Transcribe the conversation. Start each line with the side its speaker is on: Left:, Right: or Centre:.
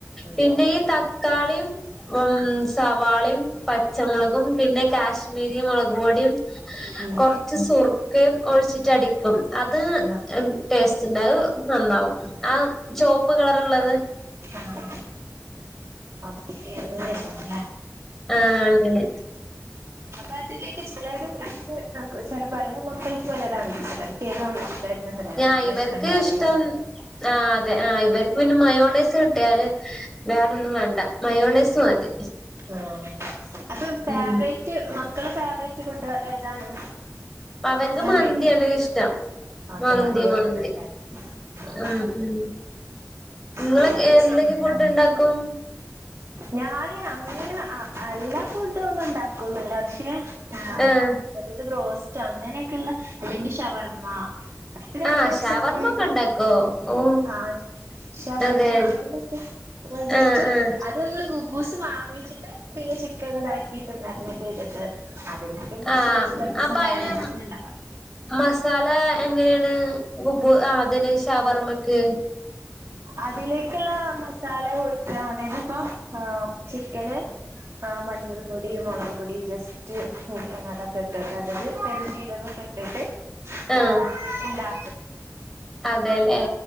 Right: ഇല്ല
Centre: പിന്നെ ഈ തക്കാളിയും ഉ സവാളിയും പച്ചമുളകും പിന്നെ കാശ്മീരി മുളക്പൊടിയും
Right: ഉം
Centre: കൊറച്ച് സുർക്ക ഒഴിച്ചിട്ട അടി പ്പം അത്
Right: ആ
Centre: ടേസ്റ്റ് ഇണ്ട് അത് നന്നാവും ആ ചുവപ്പ് കളർള്ളത്
Right: ആഹ അല്ല എഗിനെ ല്ലേ
Centre: ആഹ അങ്ങനെ
Right: അപ്പൊ അതിലേക്ക് ചിലര് അ ചില പല മക്കൾക്ക് പലതാണല്ലോ ചിലർക്ക് <unintelligible>
Centre: ഞാൻ
Right: അത്ര
Centre: ഇവർക്ക്
Right: ഇഷ്ടണ്ടാവില്ല
Centre: ഇഷ്ടം ആ അതെ ആ ഇവർക്ക് പിന്നെ മയോണേസ് കിട്ടിയാല് വേറൊന്നും വേണ്ട മയോണേസ് മതി
Right: ആ അപ്പൊ ഫേവറേറ്റ്
Centre: ഉം
Right: മക്കള് ഫേവറേറ്റ് ഫുഡ് ഏതാണ്
Centre: അവർക്ക്
Right: എല്ലാം
Centre: മന്തിയാണ്
Right: കഴിക്കോ
Centre: ഇഷ്ടം
Right: ഓക്കെ
Centre: മന്തി
Right: മന്തിയെന്നെയാണല്ലേ
Centre: മന്തി
Right: ആഹ്
Centre: ഉം ഉം നിങ്ങളൊ
Right: ശരി ഇന്നിപ്പോ
Centre: എന്തൊക്കെ
Right: സാമ്പാറാണല്ലേ
Centre: ഫുഡ് ഇണ്ടാക്കും
Right: ഞാന് അങ്ങനെ എല്ലാ ഫുഡഡും ഒന്നും ഇണ്ടാക്കുല പക്ഷെ ആ
Centre: ആഹ്
Right: അതായത് ബോസ്റ്റ് അങ്ങനെയൊക്കെയള്ള അല്ലെങ്കിൽ ഷവർമ്മ ഇത്ര
Centre: ആഹ്
Right: ഐറ്റംസ
Centre: ഷവർമ്മ
Right: ഒക്കെണ്ട്
Centre: ഒക്കെ ഇണ്ടാക്കോ ഓ
Right: ആഹ ഷവർമ്മ
Centre: അതെ
Right: അങ്ങനെയൊക്കെ ആ ജസ്റ്റ്
Centre: ആഹ് ആഹ്
Right: അത് നമ്മള് ഗുബ്ബൂസ് വാങ്ങിച്ചിട്ട് പിന്നെ ചിക്കൻ ഇതാക്കിയിട്ട് മരിനേറ്റ് ചെയ്തിട്ട് അതല്ല പിന്നെ കുറച്ച്
Centre: ആഹ്
Right: വെജിറ്റബിൾസ്
Centre: അപ്പൊ
Right: ഒക്കെ
Centre: അയിന്
Right: അങ്ങനെണ്ടാവല്ലോ
Centre: മസാല എങ്ങനെയാണ് കുബു ആഹാ അതിന് ഷവർമ്മക്ക്
Right: അതിലേക്കുള്ള മസാല കൊടുക്ക അതായത് ഇപ്പ ആ ചിക്കന് ആഹ് മഞ്ഞൾ പൊടി മുളക് പൊടി ജസ് റ്റ് അതൊക്കെ ഇട്ടിട്ട് അതായത് പെരിചീരകൊ ഇട്ടിട്ട്
Centre: ആഹ്
Right: ആഹ ഇണ്ടാ
Centre: അതെല്ലേ